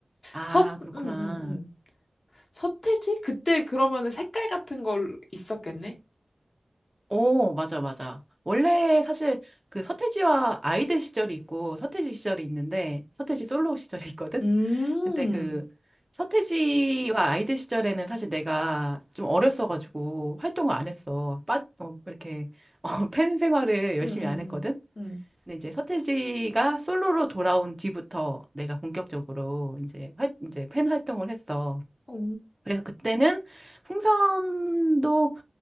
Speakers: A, on the right; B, on the left.
A: 아,
B: 서,
A: 그렇구나.
B: 응, 응, 응. 서태지? 그때 그러면은 색깔 같은 걸 있었겠네?
A: 오, 맞아, 맞아. 원래 사실 그 서태지와 아이들 시절이 있고 서태지 시절이 있는데 서태지 솔로 시절이 있거든?
B: 음,
A: 근데 그 서태지와 아이들 시절에는 사실 내가 좀 어렸어가지고 활동을 안 했어. 빠, 어, 이렇게 <laughs> 어, 팬 생활을 열심히
B: 응, 응,
A: 안 했거든?
B: 응, 응.
A: 근데 이제 서태지가 솔로로 돌아온 뒤부터 내가 본격적으로 이제 활, 이제 팬 활동을 했어.
B: 오.
A: 그래서 그때는 풍선도